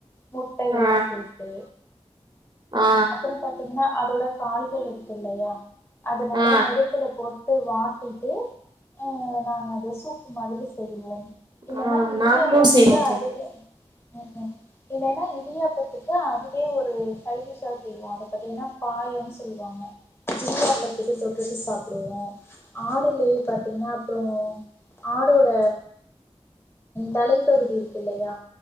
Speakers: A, on the left; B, on the right.
A: முட்டையல்லா
B: ஆ
A: சேர்த்து
B: ஆ
A: அப்புறோ பாத் தின்ன அதோட கால்கள் இருக்கு இல்லையா அதுனால
B: ஆ ஆ
A: நெருப்புல போட் ட்டு வாட்டிட்டு அ நாங்க அத சூப்பு மாதிரி செய்வோ இல்லனா
B: ஆ
A: இடியாப்பத்துக்கு
B: நாங்களு செய்வோ செய்வோ
A: அதுவே ம் ம் இல்லன்னா இடியாப்பத்துக்கு அதுவே ஒரு சைடிஷா செய்வோ அத பாத்தீங்கன்னா பாயம்னு சொல்லுவாங்க இடியப்பாதுக்கு
B: ம்
A: தொட்டுட்டு சாப்பிடுவோ ஆடுலேயே பாத்தீங்கன்னா அப்றோ ஆடோட தலைப்பகுதி இருக்கு இல்லையா